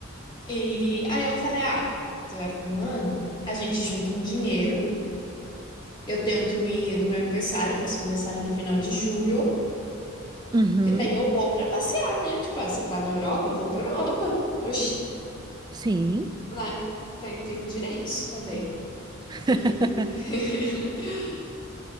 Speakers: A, on the left (about 25°); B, on the right (about 20°).
A: E aí eu falei, ah, você vai um ano, a gente junta um dinheiro, eu tento ir no meu aniversário, eu faço aniversário no final de julho,
B: uhum,
A: Que daí eu vou pra passear, né? Tipo, ah, você tá na Europa, eu vou pra Europa. Oxe,
B: sim.
A: né? Tem- Tenho direitos também.
B: <laughs>
A: E <laughs>